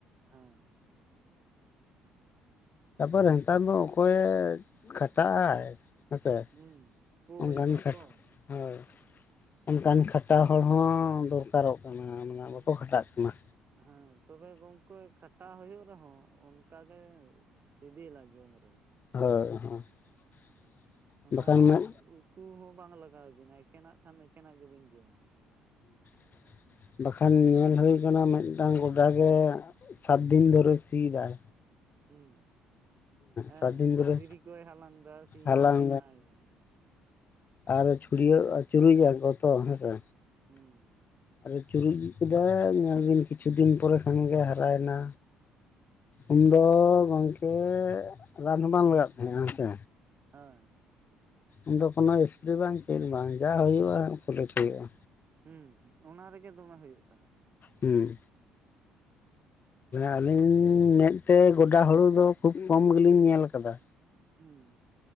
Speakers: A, on the right; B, on the left.
A: ᱦᱮᱸ
B: ᱛᱟᱯᱚᱨ ᱱᱮᱛᱟᱨ ᱫᱚ ᱚᱠᱚᱭᱮ ᱠᱷᱟᱴᱟᱜ ᱟᱭ᱾ ᱦᱮᱸᱥᱮ
A: ᱦᱩᱸ ᱯᱳ
B: ᱚᱱᱠᱟᱱ
A: ᱦᱩᱭᱩᱜᱼᱟ
B: <inaudible>
A: ᱛᱚ
B: ᱦᱳᱭ, ᱚᱱᱠᱟᱱ ᱠᱷᱟᱴᱟᱣ ᱦᱚᱲ ᱦᱚᱸ ᱫᱚᱨᱠᱟᱨᱚᱜ ᱠᱟᱱᱟ, ᱢᱟᱱᱮ ᱵᱟᱠᱚ ᱠᱷᱟᱴᱟᱜ ᱠᱟᱱᱟ᱾
A: ᱦᱮᱸ ᱛᱚᱵᱮ ᱜᱚᱝᱠᱮ ᱠᱷᱟᱴᱟᱣ ᱦᱩᱭᱩᱜ ᱨᱮᱦᱚᱸ ᱚᱱᱠᱟ ᱜᱮ, ᱥᱤᱵᱤᱞᱟ ᱡᱚᱢ ᱨᱮ,
B: ᱦᱳᱭ <inaudible>
A: ᱚᱱᱟ
B: ᱢᱮᱫ
A: ᱩᱛᱩ ᱦᱚᱸ ᱵᱟᱝ ᱞᱟᱜᱟᱣ ᱟᱹᱵᱤᱱᱟ ᱮᱠᱷᱮᱱᱟᱜ ᱠᱷᱟᱱ ᱮᱠᱷᱮᱱᱟᱜ ᱜᱮ ᱵᱤᱱ ᱡᱚᱢᱟ᱾
B: <inaudible> ᱵᱟᱠᱷᱟᱱ ᱧᱮᱞ ᱦᱩᱭ ᱠᱟᱱᱟ ᱢᱤᱫᱴᱟᱝ ᱜᱚᱰᱟ ᱜᱮ ᱥᱟᱛᱫᱤᱱ ᱫᱷᱚᱨᱮ ᱥᱤ ᱮᱫᱟᱭ᱾
A: ᱦᱩᱸ ᱦᱮᱸ
B: ᱥᱟᱛ ᱫᱤᱱ ᱫᱷᱚᱨᱮ
A: ᱫᱷᱤᱨᱤ ᱠᱚᱭ ᱦᱟᱞᱟᱝ ᱮᱫᱟᱭ ᱥᱤ
B: ᱦᱟᱞᱟᱝ
A: ᱮᱫᱟᱭ ᱢᱮᱱᱟᱭ ᱜᱮ,
B: ᱟᱨ ᱪᱷᱩᱲᱭᱟᱹᱣ ᱟᱹᱪᱩᱨᱮᱡᱟ ᱠᱚᱛᱚ ᱦᱮᱸ ᱥᱮ᱾
A: ᱦᱩᱸ
B: ᱟᱨ ᱪᱩᱨᱩᱡ ᱤᱫᱤ ᱠᱮᱫᱟᱭ ᱧᱮᱞ ᱵᱤᱱ ᱠᱤᱪᱷᱩ ᱫᱤᱱ ᱯᱚᱨᱮ ᱠᱷᱟᱱᱜᱮ ᱦᱟᱨᱟᱭᱮᱱᱟ᱾ ᱩᱱ ᱫᱚ ᱜᱚᱝᱠᱮ ᱨᱟᱱ ᱦᱚᱸ ᱵᱟᱝ ᱞᱟᱜᱟᱜ ᱛᱟᱸᱦᱮᱜ-ᱟ, ᱦᱮᱸᱥᱮ᱾
A: <inaudible>
B: ᱩᱱᱫᱚ ᱠᱳᱱᱳ ᱥᱯᱨᱮ ᱵᱟᱝ ᱪᱮᱫ ᱵᱟᱝ ᱡᱟ ᱦᱳᱭᱳᱜ-ᱟ ᱥᱩᱞᱟᱹᱴ ᱦᱳᱭᱳᱜ-ᱟ᱾
A: ᱦᱩᱸ ᱚᱱᱟ ᱨᱮᱜᱮ ᱫᱚᱢᱮ ᱦᱩᱭᱩᱜ ᱛᱟᱸᱦᱮᱫ ᱾
B: ᱦᱩᱸ ᱟᱹᱞᱤᱧ ᱢᱮᱫ ᱛᱮ ᱜᱚᱰᱟ ᱦᱩᱲᱩ ᱫᱚ ᱠᱷᱩᱵ ᱠᱚᱢ ᱜᱮᱞᱤᱧ ᱧᱮᱞ ᱟᱠᱟᱫᱟ᱾
A: ᱦᱩᱸ